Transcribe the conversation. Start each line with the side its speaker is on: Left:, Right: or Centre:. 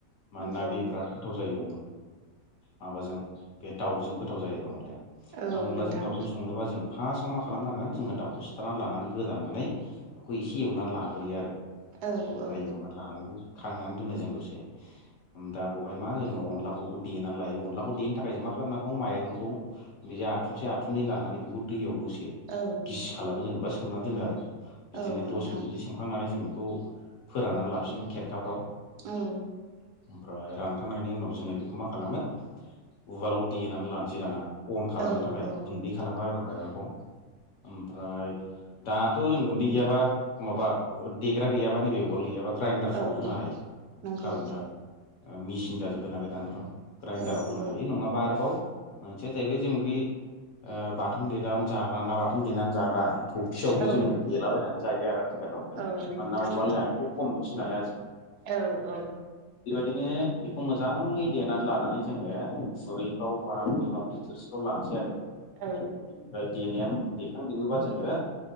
Left: मानोना
Right: नंगौ
Left: बिबराद थाव जायो माबाजों बे दाउजों गोथाव जायो आरो अनलाया
Right: औ
Left: दा अनलाजों
Right: नोंथां
Left: दाउजों संनोबा जों फार्स्टआव मा खालामनांगोन जोङो दाउखौ सिथारना लानांगोन गोदानानै बेखौ एसे एवनानै लाग्रोयो आरो
Right: औ
Left: ओमफ्राय
Right: औ
Left: एवनानै लांगौ खांनानै दोनो जों दसे दा बहाय मा जो अलाखौबो देनानै लायो अनलाखौ देनो थाखाय जों मा खालामनांगौ माइरंखौ बे आसे बाथुनै लानानै बेखौ दैयाव दसे
Right: औ
Left: गिसि खालामो जोङो बा सोमनानै दोनो आरो बिदिनो
Right: औ नोंथां
Left: दस मिनिटजों सोमखांनानै जोङो बेखौ फोराननानै लाफिनो खेरखाफ्राव
Right: औ
Left: ओमफ्राय रानखांनायनि उनाव जोङो बेखौ मा खालामो उवालाव देनानै लानोसै दाना अन खालामनो
Right: औ
Left: थाखाय
Right: औ
Left: गुन्दै खालामगोन आरो माइरंखौ ओमफ्राय दाथ' जों गुन्दै गैयाबा माबा देग्रा गैयाबा नैबे उवाल गैयाबा ग्राइन्डारफ्रावबो
Right: औ
Left: होनो हायो
Right: नंगौ
Left: खारन दा ओ मेसिन जाजोब्बाय नालाय दानफ्राव ग्राइडाराव
Right: औ
Left: होनो
Right: औ
Left: हायो नङाबा आरोबाव जाहैबाय जों बे ओ बाथोन देदान जाग्रा ना बाथोन देनानै जाग्रा थफियावबो
Right: औ
Left: जोङो देलाबायनानै जायो आरो आथिखालावहाय
Right: औ
Left: मानाब
Right: नोंथां
Left: ख खम नसिना
Right: औ औ।
Left: बिदिनो बेखौ मोजाङै देनानै लानानै मे जोङो खुरैफ्राव बा बयबाफ्राय थोरसिफ्राव लानोसै आरो
Right: औ
Left: बेनिफ्राय देनाया देखांजोबोबा जोङो